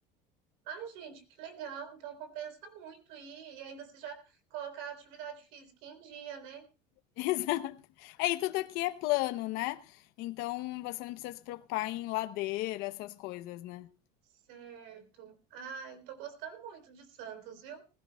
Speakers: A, on the right (about 70°); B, on the left (about 65°).
A: Ai, gente, que legal. Então compensa muito ir e ainda se já colocar a atividade física em dia, né?
B: <laughs> Exato. É, e tudo aqui é plano, né? Então você não precisa se preocupar em ladeira, essas coisas, né?
A: Certo. Ai, eu tô gostando muito de Santos, viu?